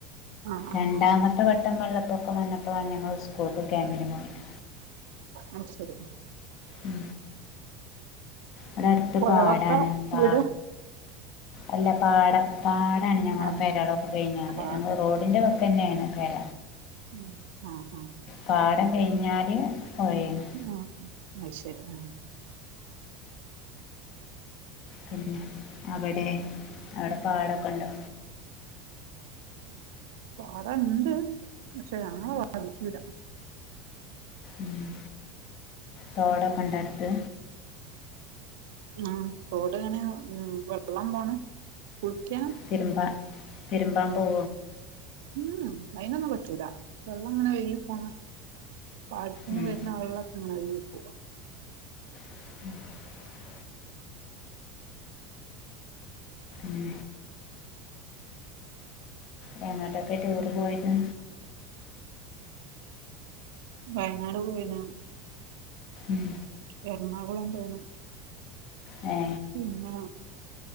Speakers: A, on the right (about 65°); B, on the left (about 50°).
A: ആഹ് ആഹ്
B: രണ്ടാമത്തെ വട്ടംവെള്ളപ്പൊക്കെ വന്നപ്പോഴാണ് ഞങ്ങൾ സ്കൂൾക്ക് ക്യാമ്പന് പോന്നത്
A: ആ ശരി
B: ഉ അടെ അടുത്ത്
A: പുഴവക്ക
B: പാടാണ് കാ
A: വീട്
B: അല്ല പാഠം പാടാണ് ഞങ്ങളുടെ
A: ആഹ്
B: പരടൊക്കെ കഴിഞ്ഞാൽ
A: പാടം
B: ഞങ്ങൾ റോഡിന്റെ ഒക്കെ തന്നെയാണ് പര
A: ഉ ആഹ് ആഹ്
B: പാടം കഴിഞ്ഞാൽ പൊഴെന്ന്
A: ആഹ ആഹ് ശരി ആഹ്
B: പിന്നെ അവിടെ അവിടെ പാടൊക്കെ ഉണ്ടോ
A: പാടൻണ്ട് പക്ഷെ ഞങ്ങെ വാധിക്കുലാ
B: ഉ തോട കൊണ്ടെടുത്ത്
A: ആ തോട് ഇങ്ങനെ ഉ വെള്ളം പോണ കുളിക്ക
B: തിരുമ്പ തിരുബൻ പോവ
A: ഉംഹ് അയിൊന്നും പറ്റൂല വെള്ളം ഇങ്ങനെ ഒഴികി പോണ പാടത്തന്ന്
B: ഉം.
A: വരുന്ന വെള്ളക്കെ ഇങ്ങനെ ഒഴികി പോ
B: <inaudible> മ് ഞങ്ങടെക്കെ ടൂറ് പോയിനു
A: വയനാട് പോയിന
B: ഉം
A: എറണാകുളം പോണം
B: ഹെ
A: പിന്നെ